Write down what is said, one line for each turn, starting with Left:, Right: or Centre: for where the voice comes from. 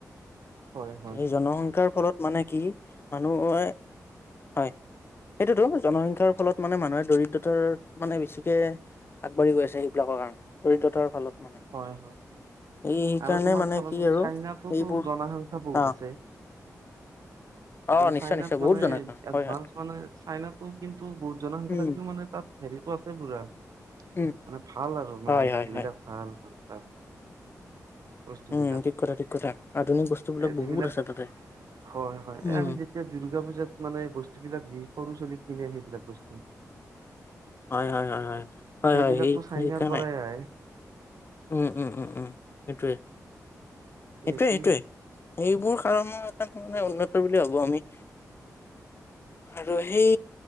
Right: হয় হয়
Left: এই জনসংখ্যাৰ ফলত মানে কি মানুহে হয় সেইটোতো জনসংখ্যাৰ ফলত মানে মানুহে দৰিদ্ৰতাৰ মানে বেছিকে আগবাঢ়ি গৈ আছে এইবিলাকৰ কাৰণে দৰিদ্ৰতাৰ ফলত। মানে
Right: হয় হয়।
Left: এই সেইকাৰণে
Right: আৰু তোমাৰ
Left: মানে
Right: চাবাচোন
Left: কি আৰু
Right: চাইনাতো
Left: এইবোৰ
Right: জনসংখ্যা বহুত
Left: অ
Right: আছে। কিন্তু
Left: অ নিশ্চয়
Right: চাইনাত
Left: নিশ্চয়
Right: মানে
Left: বহুত জনসংখ্যা
Right: এডভাঞ্চ
Left: হয় হয়
Right: মানে চাইনাতো কিন্তু বহুত জনসংখ্যা
Left: উম
Right: থাকিলেও মানে তাত সেইটো আছে পুৰা
Left: উম
Right: মানে ভাল আৰু মানে
Left: হয় হয়
Right: সেইবিলাক
Left: হয়
Right: ভাল মানে তাত। বস্তু
Left: উম
Right: বিলাক
Left: ঠিক কথা ঠিক কথা আধুনিক বস্তুবিলাক
Right: যিবিলাক
Left: বহুত আছে তাতে।
Right: হয় হয়। এই
Left: উম।
Right: আমি যেতিয়া দ দুৰ্গা পূজাত মানে বস্তুবিলাক যি সৰু ছোলী কিনে সেইবিলাক বস্তু
Left: হয় হয় হয় হয়
Right: সেইবিলাকতো
Left: হয়
Right: চাইনাৰ
Left: সেইকাৰণে।
Right: পৰাই আহে
Left: উম উম উম উম সেইটোৱে। সেইটোয়ে
Right: এইটোই
Left: সেইটোয়ে সেইবোৰ কাৰণৰ এটা মানে উন্নত বুলি ভাবো আমি। আৰু সেই।